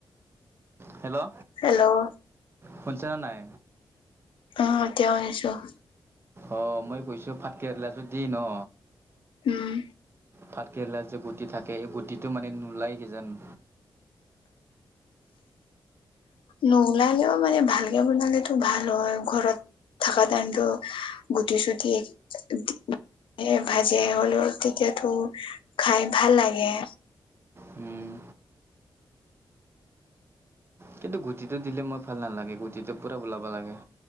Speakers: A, on the right; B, on the left.
A: -hello,
B: hello,
A: শুনছা নে নাই?
B: অ', এতিয়াও শুনিছোঁ ',
A: অ', মই কৈছোঁ, ভাতকেৰেলাটো দি ন?
B: উম',
A: ভাতকেৰেলা যে গুটি থাকে, সেই গুটিটো মানে নোলাই কিজান?
B: নোলালেও মানে ভালকে বনালেতো ভাল হয় ঘৰত', থাকা টাইম গুটি- চুটি, এ', -হ', -অ', এই ভাজি হ'লেও তেতিয়াতো খাই ভাল লাগে',
A: হুম', কিন্তু গুটিটো দিলে মই ভাল নালাগে, গুটিটো পুৰা ওলাব লাগে',